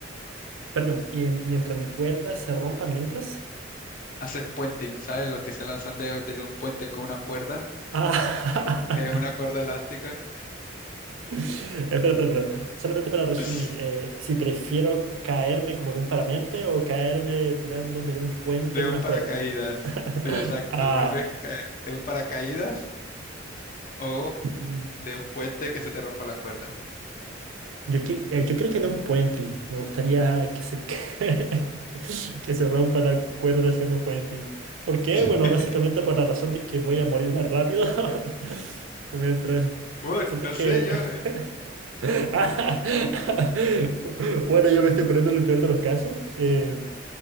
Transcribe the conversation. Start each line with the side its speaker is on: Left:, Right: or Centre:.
Right: Perdón, y mientras mi cuerda se rompa, mientras...
Left: Haces puenting, ¿sabes? Los que se lanzan de- desde un puente con una cuerda,
Right: Ah,
Left: que es
Right: <laughs>
Left: una cuerda elástica.
Right: <laughs> Espera, espera, espera. Solamente para resumir,
Left: <laughs>
Right: eh, si prefiero caerme como de un parapente o caerme tirándome de un puente
Left: De
Right: en una
Left: un paracaídas.
Right: cuerda. <laughs>
Left: Sí, exacto.
Right: Ah,
Left: ¿Prefieres caer de un paracaídas o
Right: mm,
Left: de un puente que se te rompa la cuerda?
Right: yo, que- eh, yo creo que de un puenting. Me gustaría que se, ca- <laughs> que se rompa la cuerda haciendo puenting. ¿Por qué?
Left: <laughs>
Right: Bueno, básicamente por la razón de que voy a morir más rápido. <laughs> Mientras
Left: Bueno,
Right: siento
Left: no
Right: que
Left: sé yo, ¿eh?
Right: <laughs> <laughs> Bueno, yo me estoy poniendo en el peor de los casos. Eh,